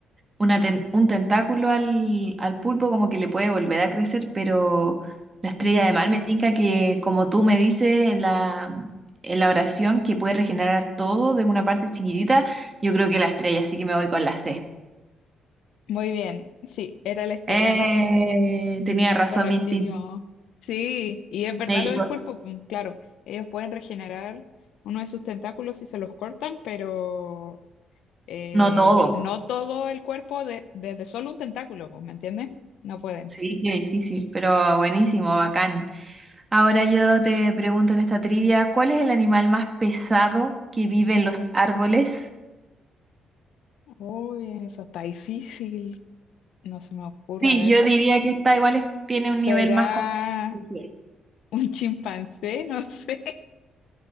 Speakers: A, on the right (about 25°); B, on the left (about 80°).
A: una ten- un tentáculo al, al pulpo como que le puede volver a crecer, pero la estrella
B: Mm.
A: de mar me tinca que, como tú me dices en la, en la oración, que puede regenerar todo de una parte chiquitita, yo creo que la estrella, así que me voy con la C.
B: Muy bien, sí, era la estrella
A: Eh,
B: de mar.
A: tenía razón
B: Correctísimo.
A: mi instinto.
B: Sí, y es verdad
A: Me
B: lo
A: equivo-
B: del pulpo, pum, claro, ellos pueden regenerar uno de sus tentáculos si se los cortan, pero eh,
A: no todo.
B: no todo el cuerpo de- desde solo un tentáculo, pues, ¿me entiendes? No pueden.
A: Sí, qué difícil, pero buenísimo, bacán. Ahora yo te pregunto en esta trivia, ¿cuál es el animal más pesado que vive en los árboles?
B: Uy, eso está difícil. No se me ocurre,
A: Sí,
B: a ver,
A: yo diría que esta igual es- tiene un
B: ¿será
A: nivel más complejo.
B: un chimpancé? <laughs> No sé.